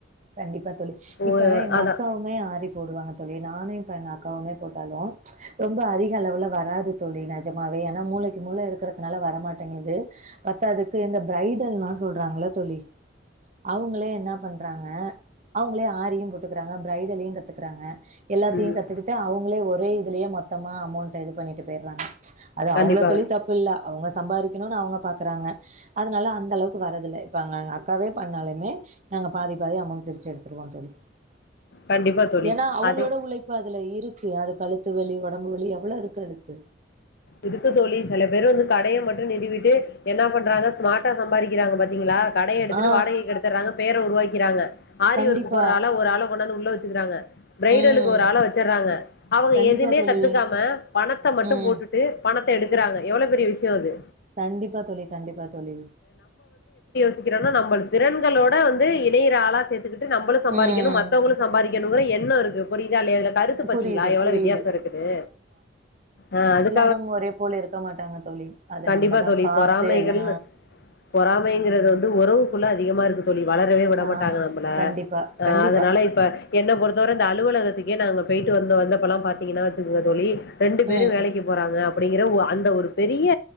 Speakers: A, on the right; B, on the left.
A: கண்டிப்பா தோழி
B: ஓ
A: இப்ப எங்க
B: அதா
A: அக்காவு மே ஆரி போடுவாங்க தோழி நானு இப்ப எங்க அக்காவுமே போட்டாலு ரொம்ப அதிக அளவுல வராது தோழி நெஜமாவே ஏனா மூலைக்கு மூலை இருக்கறதுனால வரமாட்டேங்குது பத்தாதுக்கு இந்த பிரைடல்னா சொல்றாங்கல தோழி அவுங்களே என்ன பண்றாங்க ஆ அவுங்களே ஆரியு போட்டுக்கிறாங்க பிரைடலையு கத்துக்கிறாங்க எல்லாத்தையு
B: ம்
A: கத்துக்கிட் டு அவுங்களே ஒரே இதுலயே மொத்தமா அமௌன்ட்ட இது பண்ணிட்டு போயிறாங்க அது
B: கண்டிப்பா
A: அவுங்கள சொல்லியு தப் பு இல்ல அவுங்க சம்பாறிக்கணுனு அவுங்க பாக்குறாங்க அதனால அந்த அளவுக்கு வரது இல்ல இப்ப அங்க எங்க அக்காவே பண்ணாலுமே நாங்க பாதி பாதி அமௌன்ட் பிரிச்சு எடுத்துடுவோ தோழி
B: கண்டிப்பா தோழி
A: ஏனா அவுங்களோட
B: அதே
A: உழைப் இப்ப அதுல இருக்கு அது கழுத்து வலி ஒடம்பு வலி எவ்ளோ இருக்கு அதுக்கு
B: இருக்கு தோழி சில பேரு வந்து கடைய மட்டு நிறுவிட்டு என்ன பண்றாங்க ஸ்மார்ட்டா சம்பாறிக்கிறாங்க பாத்தீங்களா கடைய எடுத்துட்டு
A: ஆ
B: வாடகைக்கு எடுத்துடுறாங்க பேரை உருவாக்கிறாங்க ஆரி
A: கண்டிப்பா
B: ஒர்க் போடுற ஆள ஒரு ஆள கொண்டந்து உள்ள வச்சுக்கிறாங்க பிரைடலுக்கு
A: ம்
B: ஒரு ஆள வச்சுடுறாங்க அவுங்க
A: கண்டிப்பா
B: எதுமே
A: தோழி
B: கத்துக்காம பணத்த மட்டு
A: ம்
B: போட்டுட் டு பணத்த எடுக்கறாங்க எவ்ளோ பெரிய விஷ்யம் அது
A: கண்டிப்பா தோழி கண்டிப்பா தோழி
B: நிக்கிறோனா நம்மளுக் திறன்களோட வந்து இணையிற ஆளா சேர்த்துக்கிட்டு நம்பளு சம்பாறிக்கணு
A: ம்
B: மத்தவங்களுக் சம்பாறிக்கணுங்கிர எண்ணோ இருக்கு புரியுதா இல்லையா இதுல கருத்து பாத்தீங்களா
A: புரியுது
B: எவ்ளோ
A: புரியுது
B: வித்தியாசோ இருக்குது ஆ அதுக்
A: தும் ஒரே போல இருக்க மாட்டாங்க தோழி அது
B: கண்டிப்பா
A: நம்பதா
B: தோழி
A: பார்த்து
B: பொறாமைகள்
A: எல்லா
B: பொறாமைங்கிறது வந்து உறவுக்குள்ள அதிகமா இருக்கு தோழி வளரவே விட
A: ஆ
B: மாட்டாங்க நம்பள
A: கண்டிப்பா
B: ஆ
A: கண்டிப்பா
B: அதனால இப்ப என்ன பொறுத்தவர இந்த அலுவலகத்துக்கே நாங்க போய்டு வந்து வந்தப்பல்லா பாத்தீங்கன்னா வச்சிக்குங்க தோழி ரெண்டு பேரு
A: ம்
B: வேலைக்கு போறாங்க அப்டிங்கிற அந்த ஒரு பெரிய